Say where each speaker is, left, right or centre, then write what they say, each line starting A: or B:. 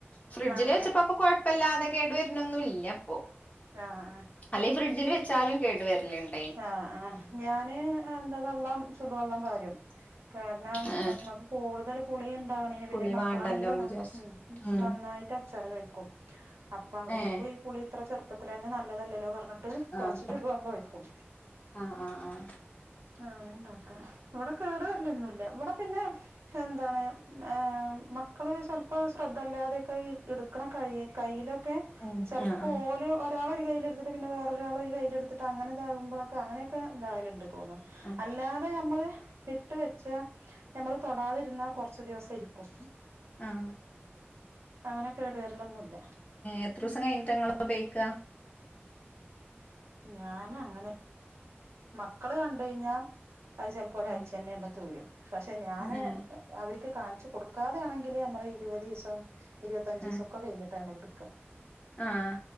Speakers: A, on the left; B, on the right.
A: ഫ്രിഡ്ജില്
B: ആഹ്
A: വെച്ചപ്പൊ അപ്പൊ കൊഴ ഇപ്പ വെല്ലാതെ കേടുവര്ണൊന്നുല്ല്യ ഒ
B: ആഹ് ആഹ്
A: അല്ലെ ഫ്രിഡ്ജിൽ വെച്ചാലും കേട് വെര്ൽ ഇ
B: ആ ആ ഞാൻ എന്താ വള്ളം ചു ട് വള്ളം പാരും കാരണം
A: ആഹ്
B: ഞമ്മക്ക് കൂട്തെലും പ്പ കുളിയൻ <unintelligible>
A: പുളി
B: മക്കളാണെങ്കിലും
A: വേണ്ടല്ലോന്ന്
B: <unintelligible>
A: വിചാരിച്ച് ഉം
B: നന്നായിട്ട അച്ചാറ് കഴിക്കും അപ്പൊ അവർക്കും
A: ഏഹ്
B: ഈ പുളി ഇത്ര ചെറുപ്പ ത്തിലന്നെ നല്ലതല്ലോ പറഞ്ഞ ട്ട്
A: ആഹ്
B: കെറച്ച് ചുടു വെള്ള ഒയിക്കും
A: ആഹ് ആഹ് ആഹ
B: ആങ്ങനെ ഉണ്ടോ ഇവിടെ കേടു വരിലന്നുമല്ല ഇവിടെ പിന്നെ എന്താണ് ഏ മക്കള് ചെലപ്പോ ശ്രദ്ധല്ലാതെയൊക്കെ എടുക്കണ കയ്യി കയ്യിലൊക്കെ
A: ഉം
B: ചെലപ്പോ
A: ആഹ് ആഹ്
B: ഓല് ഒരാള് കയ്യില്എടുത്തിട്ട് വേറൊരാൾ ഒരു കയ്യിലെടുതിട്ട് അങ്ങന ഇതാകുമ്പോക്കെ അങ്ങനൊക്കെ ഇണ്ടാവലുണ്ടെന്ന് തോന്നുന്നുണ്ട്
A: ആഹ്
B: അല്ലാതെ നമ്മള് ഇട്ട് വെച്ച നമ്മള് തൊടാതിരുന്നാ കൊറച്ച് ദിവസം ഇരിക്കും
A: ആഹ
B: അങ്ങനെ കേടു വരലൊന്നുല്ല
A: എത്ര ദിവസം കഴിഞ്ഞിട്ട്ങ്ങള് ഉപയോഗിക്ക
B: ഞാന അങ്ങനെ മക്കള് ക പോകയിഞ്ഞ അത് ചെലപ്പോ ഒരാഴ്ചന്നെ
A: ഏഹ്
B: അങ്ങ് തീരും പക്ഷെ ഞാന്
A: ഏഹ്
B: അവര്ക്ക് കാണിച്ചു കൊടുക്കാം ണെങ്കില് നമ്മള് ഇരുപത് ദിവസം ഇരുപത്തഞ്ച് ദിവസ
A: ആഹ്
B: ഒക്കെ വരും ടൈമ എടുക്കും
A: ആഹ്